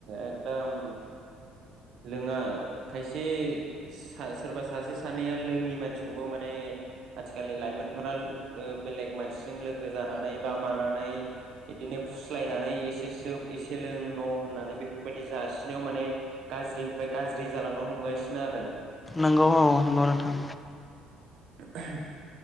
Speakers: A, on the right; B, on the left.
A: एकदम लोङा खायसे सा सोरबा सासे सानैया लोङि मानसिखौबो माने आथिखालनि लाइमोनफोरा ओ बे-बेलेग मानसिजों लोगो जानानै बा मानानै बिदिनो फुस्लायनानै एसे सोब एसे लों न' होननानै बेफोरबायदि जासिनायाव माने गाज्रिनिफ्राय गाज्रि जालांनो हमगासिनो आरो ।
B: नंगौ औ नोंगौ नोंथां
A: <unintelligible>